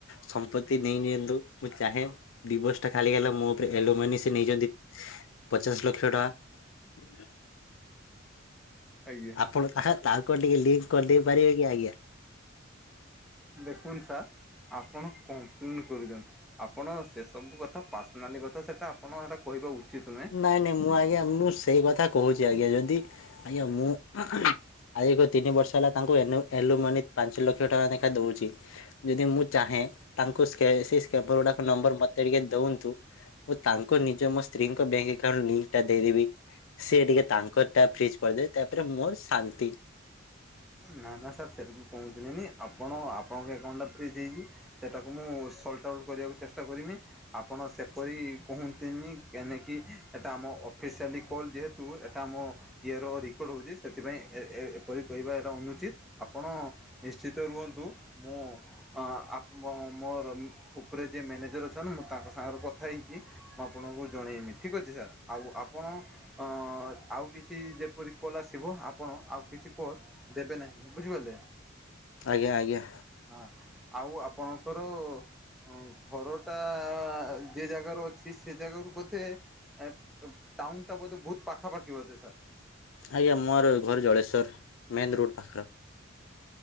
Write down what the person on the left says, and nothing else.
ସମ୍ପତି ତି ନେଇ ନିିଅନ୍ତୁ ମୁଁ ଚାହେଁ ଡିବୋସ ଟା ଖାଲି ହେଲା ମୋ ଉପରେ ଆଲୁମିନି ସେ ନେଇଚନ୍ତି ପଚାଶ ଲକ୍ଷ ଟଙ୍କା।
ଆପଣ ଆହା ତାଙ୍କ ଟିକେ ଲିଙ୍କ କରିଦେଇ ପାରିବେ କି ଆଜ୍ଞା
ନାଇଁ ନାଇଁ ମୁଁ ଆଜ୍ଞା ମୁଁ ସେଇ କଥା କହୁଚି ଆଜ୍ଞା ଯଦି ଆଜ୍ଞା ମୁଁ ଆଜିକୁ ତିନି ବର୍ଷ ହେଲା ତାଙ୍କୁୁ ଏନୋ ଏଲୁମୋନିକ ପାଞ୍ଚ ଲକ୍ଷ ଟଙ୍କା ନେଖା ଦଉଚି। ଯଦି ମୁଁ ଚାହେଁ ତାଙ୍କୁ ସ୍କେ ସେ ସ୍କେବର ଗୁଡା ନମ୍ବର ମତେ ଟିକେ ଦୋଅନ୍ତୁ ମୁଁ ତାଙ୍କୁ ନିଜେ ମୋ ସ୍ତ୍ରୀଙ୍କ ବେଙ୍କ ଏକଉଣ୍ଟ ଲିଙ୍କ ଟା ଦେଇଦେବି। ସେ ଟିକେ ତାଙ୍କର ଟା ଫ୍ରିଜ୍ କରିଦେବେ ତାପରେ ମୋର ଶାନ୍ତି।
ଆଜ୍ଞା ଆଜ୍ଞା।
ଆଜ୍ଞା ମୋର ଘର ଜଳେଶ୍ୱର ମେନ୍ ରୋଡ ପାଖର